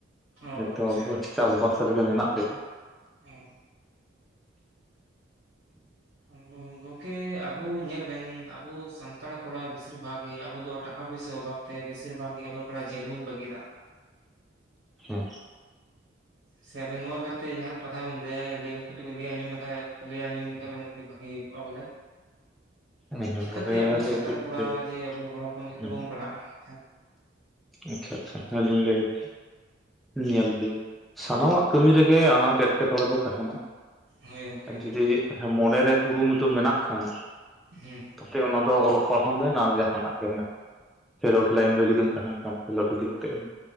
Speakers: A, on the right; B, in the centre.
A: ᱚ
B: ᱱᱤᱛ ᱫᱚ
A: ᱟᱪᱪᱷᱟ
B: ᱵᱟᱸᱫᱽ ᱪᱟᱥᱼᱵᱟᱥ ᱨᱮᱜᱮ ᱢᱮᱱᱟᱜ ᱞᱮᱭᱟ ᱾
A: ᱦᱮᱸ ᱦᱩ ᱦᱩ ᱜᱚᱢᱜᱮ ᱟᱵᱩ ᱧᱮᱞᱵᱮᱱ ᱟᱵᱚ ᱥᱟᱱᱛᱟᱲ ᱠᱚᱲᱟ ᱵᱤᱥᱤᱨ ᱵᱷᱟᱜᱽ ᱜᱮ ᱟᱵᱚ ᱫᱚ ᱴᱟᱠᱟ ᱯᱩᱭᱥᱟᱹ ᱚᱵᱷᱟᱵ ᱛᱮ ᱵᱤᱥᱤᱨ ᱵᱷᱟᱜᱽ ᱜᱮ ᱚᱞᱚᱜ ᱯᱟᱲᱦᱟᱜ ᱡᱤᱭᱚᱱ ᱵᱟᱹᱜᱤ ᱫᱟᱜ-ᱟ
B: ᱦᱮᱸ
A: ᱥᱮ ᱟᱵᱮᱱ ᱱᱚᱣᱟ ᱵᱟᱨᱮᱛᱮ ᱡᱟᱦᱟᱸᱱᱟᱜ ᱠᱟᱛᱷᱟ ᱵᱮᱱ ᱞᱟᱹᱭᱟ ᱥᱮ ᱠᱟᱹᱴᱤᱡ ᱵᱮᱱ ᱞᱟᱹᱭ ᱟᱸᱡᱚᱢ ᱞᱮᱠᱷᱟᱡ ᱞᱟᱹᱭ ᱟᱸᱡᱚᱢ ᱞᱮᱠᱷᱟᱡ ᱵᱮᱱ ᱵᱷᱟᱹᱜᱤ ᱦᱩᱭ ᱠᱚᱜ-ᱟ ᱵᱚᱞᱮ
B: ᱦᱮᱸ ᱦᱮᱸ
A: ᱪᱤᱠᱟᱹᱛᱮ
B: ᱵᱚᱞᱮ
A: ᱟᱵᱚ
B: ᱞᱟᱹᱭ
A: ᱥᱟᱱᱛᱟᱲ
B: ᱫᱚᱞᱤᱧ
A: ᱠᱚᱲᱟ
B: ᱞᱟᱹᱭᱟ
A: ᱡᱮ ᱟᱵᱚ ᱦᱚᱲ ᱦᱚᱯᱚᱱ ᱪᱮᱠᱟᱛᱮ
B: ᱦᱮᱸ
A: ᱵᱟᱵᱚᱱ ᱯᱟᱲᱦᱟᱜ-ᱟ
B: ᱟᱪᱪᱷᱟ ᱟᱪᱪᱷᱟ ᱟᱹᱞᱤᱧ ᱞᱟᱹᱭ ᱮᱫᱟ ᱧᱮᱞ ᱵᱮᱱ ᱥᱟᱱᱟᱢᱟᱜ ᱠᱟᱹᱢᱤ ᱨᱮᱜᱮ ᱟᱱᱟᱴ ᱮᱴᱠᱮᱴᱚᱬᱮ ᱫᱚ ᱛᱟᱦᱮᱸᱱᱟ
A: ᱦᱳᱭ ᱜᱚᱢᱠᱮ ᱦᱳᱭ
B: ᱡᱩᱫᱤ ᱢᱚᱱᱮᱨᱮ ᱠᱩᱨᱩᱢᱩᱴᱩ ᱢᱮᱱᱟᱜ ᱠᱷᱟᱱ
A: ᱦᱮᱸ
B: ᱛᱟᱛᱮ ᱚᱱᱟ ᱫᱚ ᱚᱞᱚᱜ ᱯᱟᱲᱦᱟᱣ ᱢᱮ ᱟᱨ ᱡᱟᱦᱟᱱᱟᱜ ᱜᱮ ᱢᱮᱱ ᱨᱳᱰ ᱞᱟᱭᱤᱱ ᱨᱮ ᱡᱩᱫᱤ ᱛᱟᱦᱮᱸᱱ ᱠᱷᱟᱱ ᱠᱷᱮᱞᱳᱰ ᱤᱫᱤ ᱠᱟᱛᱮ ᱮᱢ